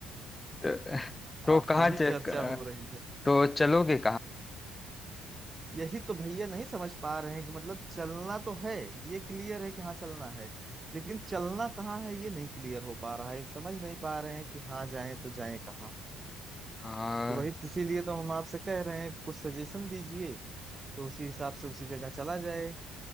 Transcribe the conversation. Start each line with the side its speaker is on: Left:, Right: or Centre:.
Left: तो, तो
Right: आपकी
Left: कहाँ च-
Right: ही चर्चा
Left: क-
Right: हो रही है
Left: तो चलोगे
Right: यही तो भैया नहीं समझ पा रहे हैं कि मतलब चलना तो है ये क्लियर है कि हाँ चलना है लेकिन चलना कहाँ है ये नहीं क्लियर हो पा रहा है समझ नहीं पा रहे हैं कि हाँ जाएं तो जाएं कहाँ
Left: कहाँ
Right: तो वही इसीलिए तो हम आपसे कह रहे हैं कि कुछ सजेशन दीजिए तो उसी हिसाब से उसी जगह चला जाए